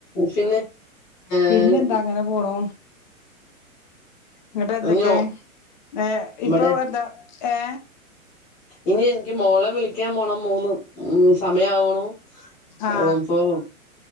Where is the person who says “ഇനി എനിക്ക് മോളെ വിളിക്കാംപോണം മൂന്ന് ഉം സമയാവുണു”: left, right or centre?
Centre